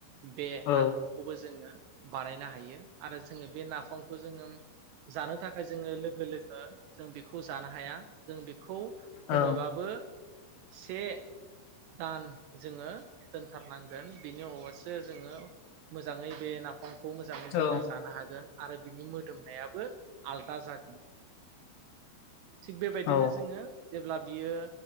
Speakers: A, on the right (about 80°); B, on the left (about 75°).
A: बे
B: औ
A: नाखौबो जोङो बानायनो हायो आरो जोङो बे नाफामखौ जोङो जानो थाखाय जोङो लोगो लोगो जों बेखौ जानो हाया जों बे खौ खमैबाबो
B: औ
A: से दान जोङो दोनथारनांगोन बिनि अनावसो जोङो मोजाङै बेनो ना साम'खौ मोजाङै जोङो
B: औ
A: जानो हागोन आरो बिनि मोदोमनायाबो आलदा जागोन थिग बेबायदिनो
B: औ
A: जोङो जेब्ला बियो